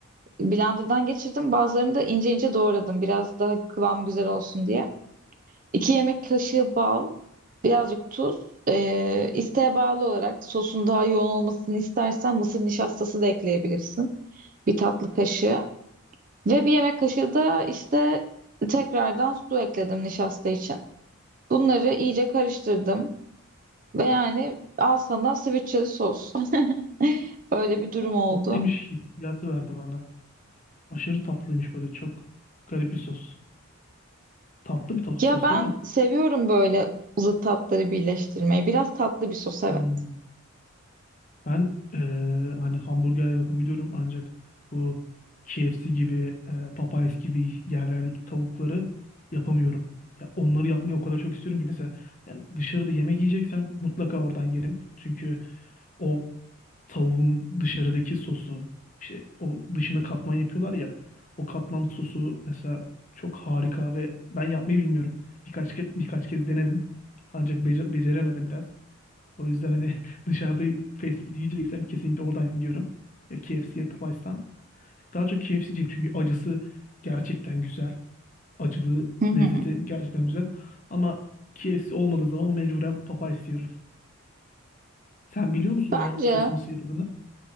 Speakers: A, on the right; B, on the left.
A: blenderdan geçirdim, bazılarını da ince ince doğradım biraz daha kıvam güzel olsun diye. İki yemek kaşığı bal, birazcık tuz, e, isteğe bağlı olarak sosun daha yoğun olmasını istersen mısır nişastası da ekleyebilirsin. Bir tatlı kaşığı. Ve bir yemek kaşığı da işte tekrardan su ekledim nişasta için. Bunları iyice karıştırdım ve yani al sana sweet sos. <laughs> Öyle bir durum
B: Çok
A: oldu.
B: tatlıymış hissiyatı verdi bana. Aşırı tatlıymış böyle çok garip bir sos. Tatlı bir to-
A: Ya
B: sos
A: ben
B: değil mi?
A: seviyorum böyle zıt tatları birleştirmeyi. Biraz tatlı bir sos evet.
B: Hmm. Ben eee, hani hamburger yapabiliyorum ancak bu KFC gibi, eee, Popeyes gibi yerlerdeki tavukları yapamıyorum. Ya onları yapmayı o kadar çok istiyorum ki mesela yani dışarıda yemek yiyeceksem mutlaka oradan yerim. Çünkü o tavuğun dışarıdaki sosu işte o dışına katman yapıyorlar ya o katman sosu mesela çok harika ve ben yapmayı bilmiyorum. Birkaç ke- birkaç kez denedim ancak bece- beceremedim biraz. O yüzden hani <laughs> dışarıda fast food yiyeceksem kesinlikle oradan yiyorum. Ya KFC ya Popeyes'tan. Daha çok KFC'ciyim çünkü acısı gerçekten güzel. Acılı
A: Hı hı.
B: lezzeti gerçekten güzel. Ama KFC olmadığı zaman mecburen Popeyes yiyorum. Sen biliyor musun
A: Bence
B: o sosu nasıl yapıldığını?